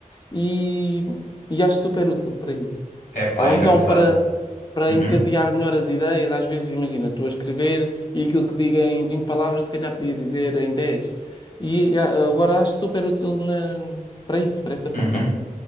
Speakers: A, on the left; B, on the left.
A: E, e acho super útil para isso.
B: Epá,
A: Ou
B: é engraçado.
A: então para, para
B: Uhum.
A: encadear melhor as ideias, às vezes, imagina, estou a escrever. E aquilo que diga em 20 palavras, se calhar podia dizer em dez E a- agora acho super útil na- para isso, para essa
B: Uhum.
A: função.